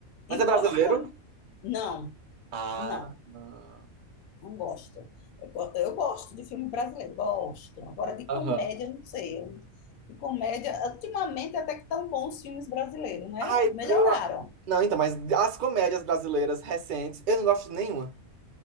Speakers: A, on the right (about 60°); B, on the left (about 85°).
A: Mas
B: E
A: é
B: gosto
A: brasileiro?
B: também. Não,
A: Ah,
B: não.
A: não.
B: Não gosto. Eu, go- eu gosto de filme brasileiro, gosto. Agora, de
A: aham.
B: comédia, não sei. Eu- De comédia, ultimamente até que tão bons filmes brasileiros, né?
A: Ai,
B: Melhoraram.
A: eu. a- Não, então, mas as comédias brasileiras recentes, eu não gosto de nenhuma.